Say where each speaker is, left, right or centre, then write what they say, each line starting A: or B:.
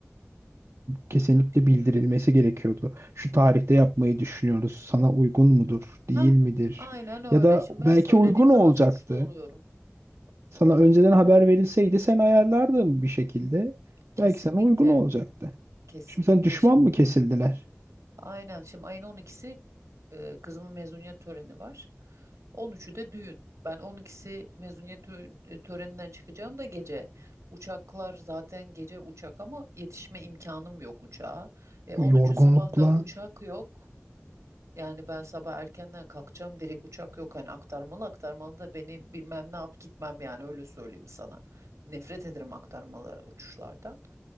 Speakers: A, on the right; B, on the right.
A: kesinlikle
B: Ya bilmiyorum.
A: bildirilmesi gerekiyordu. Şu tarihte yapmayı düşünüyoruz. Sana uygun mudur, değil
B: Ha,
A: midir?
B: aynen öyle.
A: Ya da
B: Şimdi
A: belki
B: ben söylediğim
A: uygun
B: zaman
A: olacaktı.
B: suçlu oluyorum.
A: Sana önceden haber verilseydi sen ayarlardın bir şekilde.
B: Kesinlikle,
A: Belki sana uygun olacaktı.
B: kesinlikle.
A: Şimdi sen düşman
B: Şimdi
A: mı kesildiler?
B: Aynen. Şimdi ayın 12'si e, kızımın mezuniyet töreni var. On üçü de düğün. Ben on ikisi mezuniyet tö- e, töreninden çıkacağım da gece. Uçaklar zaten gece uçak ama yetişme imkanım yok uçağa. E,
A: Bu
B: on
A: yorgunlukla
B: üçü sabah da uçak yok. Yani ben sabah erkenden kalkacağım. Direkt uçak yok. Hani aktarmalı aktarmalı da beni bilmem ne yap gitmem yani öyle söyleyeyim sana. Nefret ederim aktarmalı uçuşlardan.